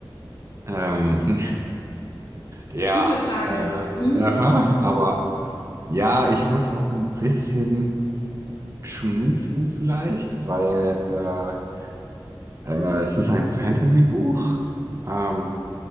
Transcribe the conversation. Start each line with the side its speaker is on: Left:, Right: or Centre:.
Right: ähm, <laughs> ja,
Left: gute Frage.
Right: äh,
Left: Mhm.
Right: aha, aber ja, ich muss auch so ein bisschen schmunzeln vielleicht, weil äh, äh, es ist ein Fantasy-Buch. Ähm,